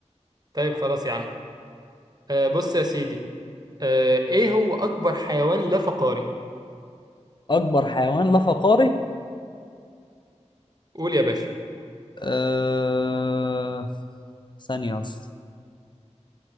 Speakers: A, on the right; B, on the left.
A: طيب خلاص يا عم آه بص يا سيدي آه ايه هو اكبر حيوان لا فقاري
B: اكبر حيوان لا فقاري
A: قول يا باشا
B: أه... ثانية أصلا